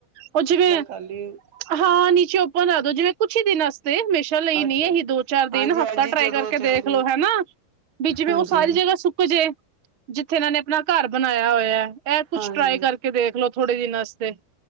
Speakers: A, on the right (about 40°); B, on the right (about 70°).
A: ਉਹ ਜਿਵੇਂ
B: ਖਾਲੀ
A: ਹਾਂ ਨੀਚੇ ਓਪਨ ਆ ਦੋ ਜਿਵੇਂ ਕੁਛ ਹੀ ਦਿਨਾਂ ਤੇ ਹਮੇਸ਼ਾ ਲਈ
B: ਅੱਛਾ
A: ਨੀ ਅਸੀ ਦੋ ਚਾਰ ਦਿਨ
B: ਹਾਂਜੀ ਹਾਂਜੀ
A: ਹਫ਼ਤਾ ਟਰਾਈ
B: ਜਦੋਂ
A: ਕਰਕੇ
B: ਚਲੇ
A: ਦੇਖ ਲੋੋ ਹਨਾ ਵੀ ਜਿਵੇਂ
B: ਹਾਂਜੀ
A: ਉਹ ਸਾਰੀ ਜਗ੍ਹਾ ਸੁੱਕ ਜੇ ਜਿੱਥੇ ਇਹਨਾਂ ਨੇ ਆਪਣਾ ਘਰ ਬਣਾਇਆ ਹੋਇਆ ਇਹ ਕੁਛ
B: ਹਾਂਜੀ
A: ਟਰਾਈ ਕਰਕੇ ਦੇਖਲੋ ਥੋੜੇ ਦਿਨ ਵਾਸਤੇ